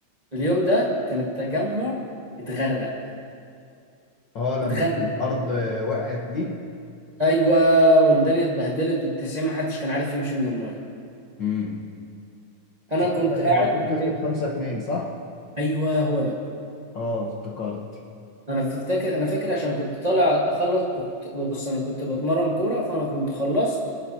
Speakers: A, on the right; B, on the left.
A: اليوم ده كان التجمع اتغرق
B: اه لما
A: اتغرق
B: الارض وقعت دي
A: ايوه والدنيا اتبهدلت والتسعين محدش كان عارف يمشي من المايه
B: امم
A: انا
B: ساعتها
A: كنت قاعد
B: ليفربول كسبت
A: فين؟
B: 5-2 صح؟
A: ايوه هو ده
B: اه افتكرت
A: انا فاكر انا فاكر عشان كنت طالع اخلص كنت بص انا كنت بتمرن كوره فانا كنت خلصت